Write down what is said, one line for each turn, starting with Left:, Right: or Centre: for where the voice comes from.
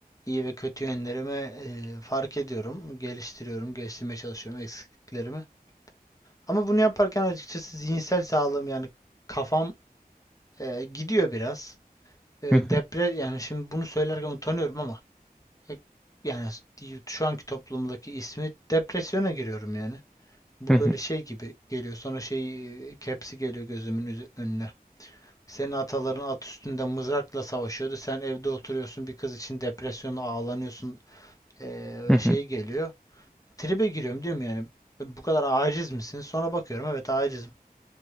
Left: iyi ve kötü yönlerimi e, fark ediyorum, geliştiriyorum, geliştirmeye çalışıyorum eksikliklerimi. Ama bunu yaparken açıkçası zihinsel sağlığım yani kafam e, gidiyor biraz. E,
Centre: hı hı,
Left: depre yani şimdi bunu söylerken utanıyorum ama e, yani şu anki toplumdaki ismi depresyona giriyorum yani. Bu
Centre: hı hı,
Left: böyle şey gibi geliyor. Sonra şey e, kepsi geliyor gözümün üzü- önüne. Senin ataların at üstünde mızrakla savaşıyordu. Sen evde oturuyorsun. Bir kız için depresyonla ağlanıyorsun. Ee,
Centre: hı hı,
Left: şey geliyor. Tribe giriyorum diyorum yani. "E, Bu kadar aciz misin? Sonra bakıyorum evet acizim.